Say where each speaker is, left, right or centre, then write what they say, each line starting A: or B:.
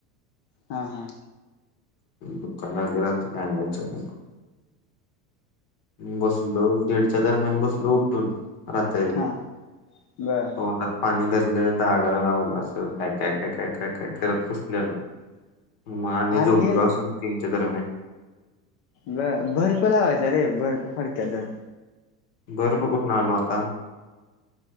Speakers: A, on the left; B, on the left.
A: हा, हा.
B: दुखाय लागले रात्री आणि अचानक. बसलो दीडच्या दरम्यान बसलो उठून. रात्रीच
A: हा
B: तोंडात
A: बर
B: पाणी धरलं, दाडाला लावलं. अस काय, काय, काय, काय, काय करत बसलेलो. मग आणि
A: अरे
B: झोपलो
A: हे
B: असनं तीनच्या दरम्यान.
A: ब बर्फ लावायचा रे बर्फ फडक्यात धरून.
B: बर्फ कुठनं आणू आता?